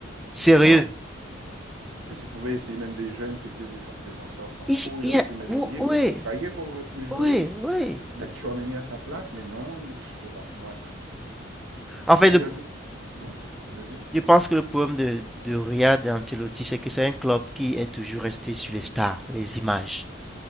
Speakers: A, in the centre; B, on the right.
A: Sérieux.
B: Non, En plus, il pouvait essayer même des jeunes qui étaient défe- défenseurs centraux.
A: Il, il
B: Il aurait
A: a-
B: pu mettre
A: ou-
B: Vallejo.
A: ouais,
B: Vallejo aurait pu jouer
A: ouais, ouais.
B: et mettre Chouameni à sa place, mais non, il, je sais pas. Bref.
A: En
B: Et
A: fait,
B: puis,
A: le-
B: il y a deux. hein Vas-y.
A: je pense que le problème de, de Riyad et Ancelotti, c'est que c'est un club qui est toujours resté sur les stars, les images.